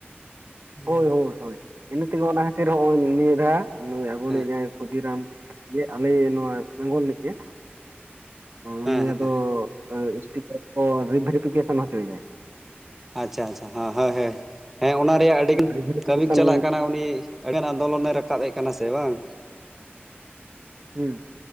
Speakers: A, in the centre; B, on the right.
A: ᱦᱩᱸ
B: ᱦᱳᱭ ᱦᱳᱭ ᱦᱳ ᱤᱱᱟᱹ ᱛᱮᱜᱮ ᱚᱱᱟ ᱠᱷᱟᱹᱛᱤᱨ ᱱᱚᱜ-ᱚᱭ ᱱᱤᱭᱟᱹ ᱫᱟ ᱱᱩᱭ ᱟᱵᱚ
A: ᱦᱮᱸ
B: ᱱᱤᱡ ᱡᱟᱦᱟᱸᱭ ᱠᱷᱩᱫᱤᱨᱟᱢ ᱟᱞᱮ ᱱᱚᱣᱟ ᱵᱮᱝᱜᱚᱞ ᱨᱤᱱᱤᱡ ᱜᱮ ᱩᱱᱤ
A: ᱦᱮᱸ ᱦᱮᱸ
B: ᱟᱫᱚ, ᱮᱥ ᱴᱤ ᱠᱟᱨᱰ ᱠᱚ ᱨᱤ-ᱵᱷᱮᱨᱤᱯᱷᱤᱠᱮᱥᱚᱱ ᱦᱚᱪᱚᱭᱮᱜ-ᱟᱭ,
A: ᱟᱪᱪᱷᱟ ᱟᱪᱪᱷᱟ ᱦᱚᱸ ᱦᱮᱸ ᱦᱮᱸ ᱦᱮᱸ ᱚᱱᱟ ᱨᱮᱭᱟᱜ ᱟᱹᱰᱤ, ᱟᱹᱰᱤ
B: ᱨᱤᱵᱷᱮᱨᱤᱯᱷᱤᱠᱮᱥᱚᱱ
A: ᱠᱟᱹᱢᱤ ᱪᱟᱞᱟᱜ ᱠᱟᱱᱟ ᱩᱱᱤ ᱟᱹᱰᱤᱜᱟᱱ ᱟᱱᱫᱳᱞᱚᱱᱮ ᱨᱟᱠᱟᱵ ᱮ ᱠᱟᱱᱟ ᱥᱮ ᱵᱟᱝ,
B: ᱦᱮᱸ